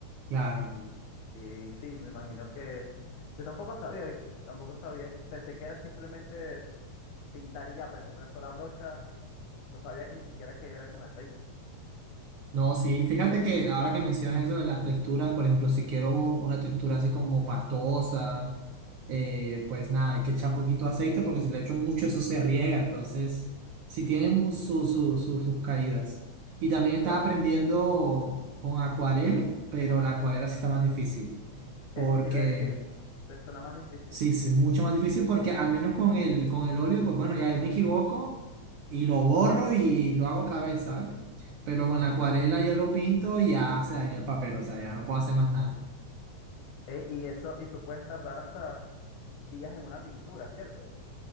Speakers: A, on the right; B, on the left.
A: Claro.
B: Y, que sí, me imagino que... Yo tampoco sabía, ¿viste? Tampoco sabía que... Pensé que era simplemente pintar y ya, pues con una sola brocha. No sabía que ni siquiera que era con aceite.
A: No, sí, fíjate que ahora que mencionas eso de las texturas, por ejemplo, si quiero una textura así como pastosa, eh, pues nada, hay que echar poquito aceite porque si le echo mucho eso se riega, entonces sí tienen su, su- su- sus caídas. Y también estaba
B: Claro,
A: aprendiendo con acuarela, pero la acuarela sí está más difícil porque
B: eso te iba a decir. Se suena más difícil.
A: Sí, sí, es mucho más difícil porque al menos con el, con el óleo, pues bueno, ya yo me equivoco y lo borro y lo hago otra vez, ¿sabes? Pero
B: Ujú.
A: con la acuarela yo lo pinto y ya se dañó el papel, o sea, ya no puedo hacer más nada.
B: E- y eso, y tú puedes tardar hasta días en una pintura, ¿cierto?